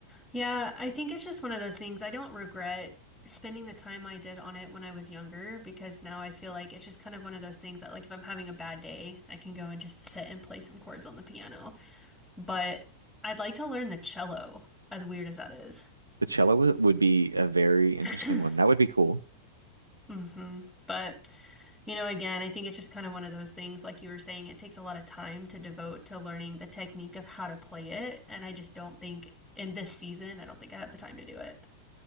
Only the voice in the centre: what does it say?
Yeah, I think it's just one of those things. I don't regret spending the time I did on it when I was younger because now I feel like it's just kind of one of those things that, like, if I'm having a bad day, I can go and just sit and play some chords on the piano. But I'd like to learn the cello, as weird as that is.
<clears throat>
hmm But, you know, again, I think it's just kind of one of those things, like you were saying, it takes a lot of time to devote to learning the technique of how to play it. And I just don't think in this season, I don't think I have the time to do it.